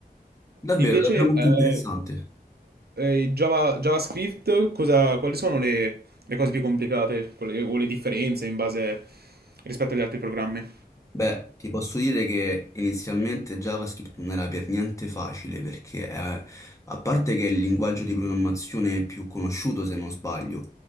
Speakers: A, on the left (about 20°); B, on the right (about 75°).
A: Davvero,
B: Invece,
A: davvero molto
B: eh,
A: interessante.
B: eh, il Java- JavaScript, cosa- quali sono le, le cose più complicate quelle- o le differenze in base rispetto agli altri programmi?
A: Beh, ti posso dire che inizialmente JavaScript non era per niente facile perché, eh, a parte che è il linguaggio di programmazione più conosciuto, se non sbaglio,